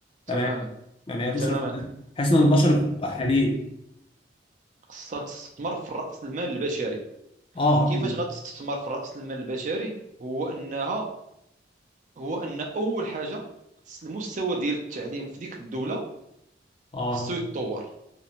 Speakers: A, on the left (about 30°); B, on the right (about 40°).
A: تمام
B: تماما
A: يعني هي تصرف
B: تماما
A: بحيث ان البشر يبقوا مؤهلين
B: خصها تستثمر في رأس المال البشري
A: اه
B: وكيفاش
A: اكيد
B: غتستثمر في رأس المال البشري هو أنها هو ان اول حاجه خص المستوى ديال التعليم في ديك الدوله
A: اه
B: خصو يتطور